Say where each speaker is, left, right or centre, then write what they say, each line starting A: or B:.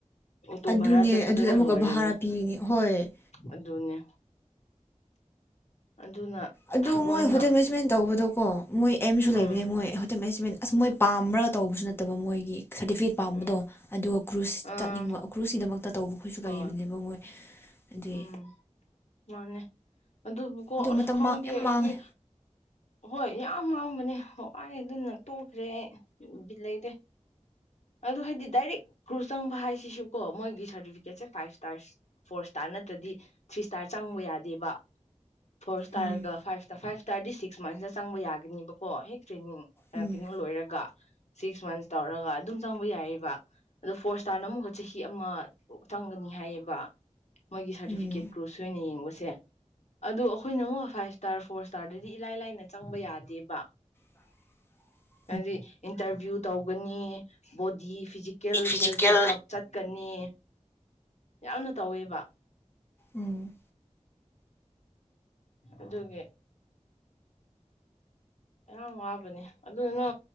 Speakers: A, on the left; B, on the left.
A: ꯑꯣꯛꯇꯣ
B: ꯑꯗꯨꯅꯦ
A: ꯚꯔꯥ ꯆꯠꯄꯗꯗ
B: ꯑꯗꯨꯗ ꯑꯃꯨꯛꯀ
A: ꯂꯣꯏꯔꯅꯤ
B: ꯚꯔꯥ ꯄꯤꯒꯅꯤ ꯍꯣꯏ
A: ꯑꯗꯨꯅꯦ ꯑꯗꯨꯅ
B: ꯑꯗꯨ
A: ꯃꯣꯏꯅ
B: ꯃꯣꯏ ꯍꯣꯇꯦꯜ ꯃꯦꯅꯦꯖꯃꯦꯟ ꯇꯧꯕꯗꯣꯀꯣ ꯃꯣꯏ ꯑꯦꯝꯁꯨ ꯂꯩꯕꯅꯤ
A: ꯎꯝ
B: ꯃꯣꯏ ꯍꯣꯇꯦꯜ ꯃꯦꯅꯦꯖꯃꯦꯟ ꯑꯁ ꯃꯣꯏ ꯄꯥꯝꯃ꯭ꯔꯒ ꯇꯧꯕꯁꯨ ꯅꯠꯇꯕ ꯃꯣꯏꯒꯤ ꯁꯔꯇꯤꯐꯤꯀꯦꯠ ꯄꯥꯝꯕꯗꯣ
A: ꯎꯝ
B: ꯑꯗꯨꯒ ꯀ꯭ꯔꯨꯁ
A: ꯑꯥ
B: ꯆꯠꯅꯤꯡꯕ ꯀ꯭ꯔꯨꯁꯀꯤꯗꯃꯛꯇ ꯇꯧꯕ ꯑꯩꯈꯣꯏꯁꯨ
A: ꯍꯣꯏ
B: ꯂꯩꯏꯕꯅꯦꯕ ꯃꯣꯏ ꯑꯗꯨꯏ
A: ꯎꯝ ꯃꯥꯅꯦ ꯑꯗꯨꯕꯨꯀꯣ
B: ꯑꯗꯨ
A: ꯑꯁ
B: ꯃꯇꯝ
A: ꯈꯪꯗꯦ
B: ꯃꯥꯡ ꯌꯥꯝ
A: ꯑꯩꯗꯤ
B: ꯃꯥꯡꯉꯦ
A: ꯍꯣꯏ ꯌꯥꯝ ꯃꯥꯡꯕꯅꯦ ꯍ‌ꯦ ꯋꯥꯏ ꯑꯗꯨꯅ ꯇꯣꯛꯈ꯭ꯔꯦ ꯑꯩ ꯎꯝ ꯕꯤꯠ ꯂꯩꯇ‌ꯦ ꯑꯗꯨ ꯍꯥꯏꯗꯤ ꯗꯥꯏꯔꯦꯛ ꯀ꯭ꯔꯨꯁ ꯆꯪꯕ ꯍꯥꯏꯁꯤꯁꯨ ꯀꯣ ꯃꯣꯏꯒꯤ ꯁꯥꯔꯇꯤꯐꯤꯀꯦꯠꯁꯦ ꯐꯥꯏꯚ ꯏꯁꯇꯥꯔꯁ ꯇꯥꯟꯅꯗꯔꯗꯤ ꯊ꯭ꯔꯤ ꯏꯁꯇꯥꯔ ꯆꯪꯕ ꯌꯥꯗꯦꯕ ꯐꯣꯔ ꯏꯁꯇꯥꯔꯒ
B: ꯎꯝ
A: five star <unintelligible> five thirty six ꯃꯟꯁꯇ ꯆꯪꯕ ꯌꯥꯒꯅꯤꯕꯀꯣ ꯍꯦꯛ ꯇ꯭ꯔꯦꯅꯤꯡ
B: ꯎꯝ
A: ꯀꯩꯅꯣ ꯂꯣꯏꯔꯒ ꯁꯤꯛꯁ ꯃꯟꯁ ꯇꯧꯔꯒ ꯑꯗꯨꯝ ꯆꯪꯕ ꯌꯥꯏꯌꯦꯕ ꯑꯗꯣ ꯐꯣꯔ ꯏꯁꯇꯥꯔꯅ ꯑꯃꯨꯛꯀ ꯆꯍꯤ ꯑꯃ ꯆꯪꯒꯅꯤ ꯍꯥꯏꯌꯦꯕ ꯃꯣꯏꯒꯤ ꯁꯥꯔꯇꯤꯐꯤꯀꯦꯠ
B: ꯎꯝ
A: ꯀ꯭ꯔꯣꯁ ꯑꯣꯏꯅ ꯌꯦꯡꯕꯁꯦ ꯑꯗꯣ ꯑꯩꯈꯣꯏꯅ ꯑꯃꯨꯛ ꯐꯥꯏꯚ ꯏꯁꯇꯥꯔ ꯐꯣꯔ ꯏꯁꯇꯥꯔꯗꯗꯤ ꯏꯂꯥꯏ ꯂꯥꯏꯅ ꯆꯪꯕ ꯌꯥꯗꯦꯕ
B: <inaudible>
A: ꯍꯥꯏꯗꯤ ꯏꯟꯇꯔꯚꯤꯌꯨ ꯇꯧꯒꯅꯤ body physical
B: physical
A: health checkup ꯆꯠꯀꯅꯤ ꯌꯥꯝꯅ ꯇꯧꯋꯦꯕ
B: ꯎꯝ
A: ꯑꯗꯨꯒꯤ ꯌꯥꯝ ꯋꯥꯕꯅꯦ ꯑꯗꯨꯗꯨꯅ